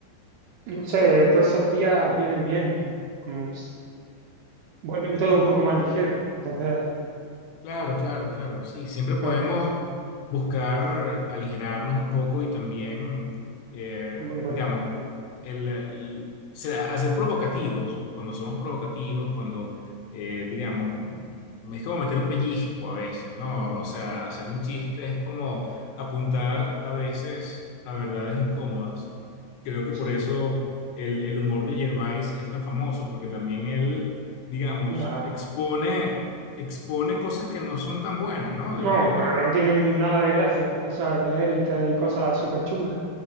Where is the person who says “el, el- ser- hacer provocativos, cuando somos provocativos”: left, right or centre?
Left